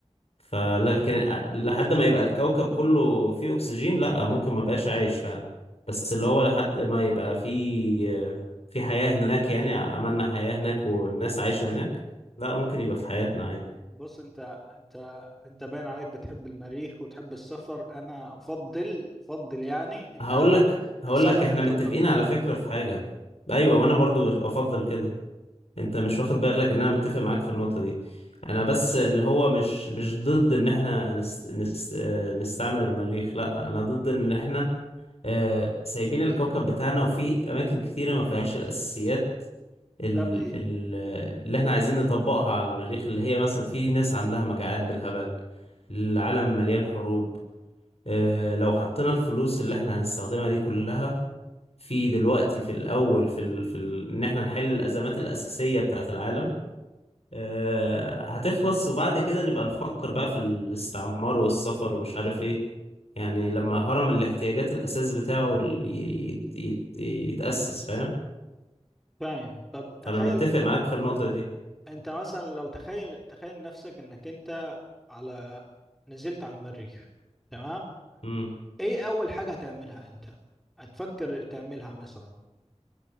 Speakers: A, on the left; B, in the centre.
A: فلكن لحد ما يبقى الكوكب كله فيه أكسجين لأ ممكن ما بقاش عايش فعلا بس اللي هو لحد ما يبقى فيه في حياة هناك يعني عملنا حياة هناك والناس عايشة هناك لأ ممكن يبقى في حياتنا عادي
B: بص انت انت انت باين عليك بتحب المريخ وتحب السفر انا افضل افضل يعني ان
A: هقول
B: انا
A: لك هقول
B: نصلح
A: لك احنا
B: الكوكب
A: متفقين
B: بتاعنا
A: على فكرة في حاجة ايوه وانا برضو افضل كده انت مش واخد بالك ان انا متفق معاك في النقطة دي انا بس اللي هو مش مش ضد ان احنا نس نس آه، نستعمل المريخ لا انا ضد ان احنا آه، سايبين الكوكب بتاعنا وفي اماكن كتيرة ما فيهاش الاساسيات ال
B: ده بإيه؟
A: ال اللي احنا عايزين نطبقها على المريخ اللي هي مثلا في ناس عندها مجاعات بالهبل العالم مليان حروب آه، لو حطينا الفلوس اللي احنا هنستخدمها دي كلها في دلوقتي في الاول في ال في ال ان احنا نحل الازمات الاساسية بتاعت العالم آه، هتخلص وبعد كده نبقى نفكر بقى في الاستعمار والسفر ومش عارف ايه يعني لما هرم الاحتياجات الأساس بتاعه ال- يت يت يتأسس فاهم
B: فاهم طب
A: فأنا
B: تخيل
A: متفق معاك في النقطة دي
B: انت مثلا لو تخيل تخيل نفسك انك انت على نزلت على المريخ تمام
A: امم
B: ايه اول حاجة هتعملها انت هتفكر تعملها مثلا